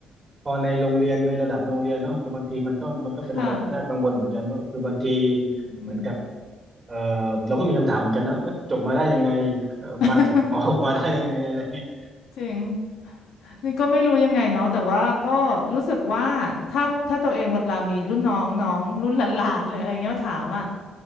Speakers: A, on the right; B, on the left.
A: พอในโรงเรียนในระดับโรงเรียนเนาะคือบางทีมันก็มันก็เป็นอะไรที่น่ากังวลเหมือนกันว่าคือบางที
B: ค่ะอืม
A: เหมือนกับเออเราก็มีคำถามเหมือนกันนะเอ้ยจบมาได้ยังไงเอ่อมาถึงหมอออกมาได้ยังไงอะไรเงี้ย
B: <laughs> จริง นี่ก็ไม่รู้ยังไงเนาะแต่ว่าก็รู้สึกว่าถ้าถ้าตัวเองเวลามีรุ่นน้องน้องรุ่นหลานๆหรืออะไรเงี้ยมาถามอ่ะ